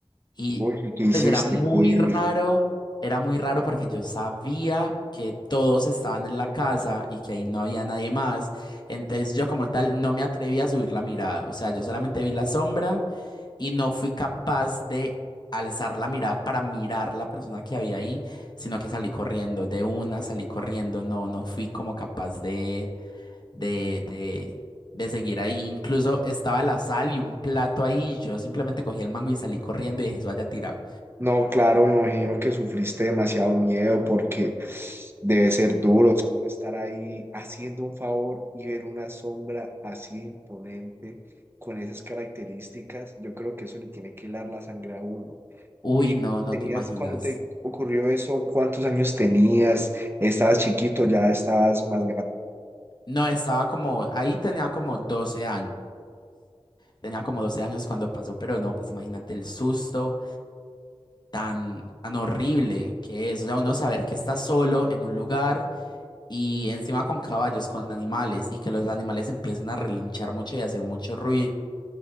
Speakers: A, on the left; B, on the right.
A: Y
B: Uy, ¿qué hiciste?
A: pues era muy
B: qué
A: raro, era muy raro porque yo sabía que todos estaban en la casa y que ahí no había nadie más. Entonces yo como tal no me atreví a subir la mirada. O sea, yo solamente vi la sombra y no fui capaz de alzar la mirada para mirar la persona que había ahí, sino que salí corriendo, de una salí corriendo, no, no fui como capaz de, de, de, de seguir ahí. Incluso estaba la sal y un plato ahí, yo simplemente cogí el mango y salí corriendo y dejé eso allá tirado.
B: No, claro, me imagino que sufriste demasiado miedo porque debe ser duro, o sea, uno estar ahí haciendo un favor y ver una sombra así de imponente con esas características, yo creo que eso le tiene que helar la sangre a uno.
A: Uy,
B: ¿Y
A: no, no
B: tenías,
A: te imaginas.
B: cuando te ocurrió eso, cuántos años tenías? ¿Estabas chiquito, ya estabas más grande?
A: No, estaba como, ahí tenía como 12 años. Tenía como 12 años cuando pasó, pero no, pues imagínate el susto. tan, tan horrible que es. O sea, uno saber que está solo en un lugar y encima con caballos, con animales, y que los animales empiecen a relinchar mucho y a hacer mucho ruido